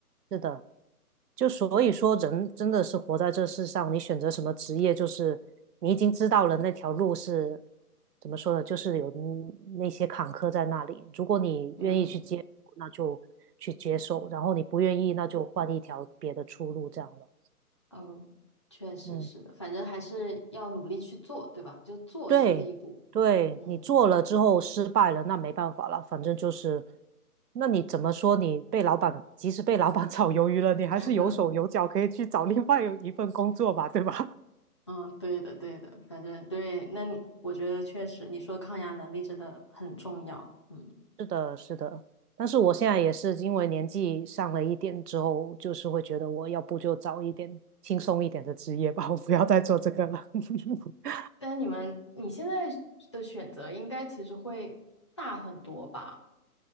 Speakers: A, on the right; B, on the left.
A: 是的，就所以说，人真的是活在这世上，你选择什么职业，就是你已经知道了那条路是怎么说呢，就是有那些坎坷在那里。如果你愿意去接受那就去接受；
B: 嗯
A: 然后你不愿意，那就换一条别的出路，这样了。
B: 哦，确实是的，
A: 嗯，
B: 反正还是要努力去做，对吧？就做是第一步，
A: 对，对，
B: 嗯
A: 你做了之后失败了，那没办法了，反正就是，那你怎么说？你被老板，即使被老板 <laughs> 炒鱿鱼了，你还是有手有脚，
B: <laughs>
A: 可以去找另外一份工作吧，对吧？
B: 嗯，对的对的，反正对，那你我觉得确实，你说抗压能力真的很重要，嗯
A: 是的，是的，但是我现在也是因为年纪上了一点之后，就是会觉得我要不就找一点轻松一点的职业吧，<laughs> 我不要再做这个了。<laughs>
B: 但你们你现在的选择应该其实会大很多吧？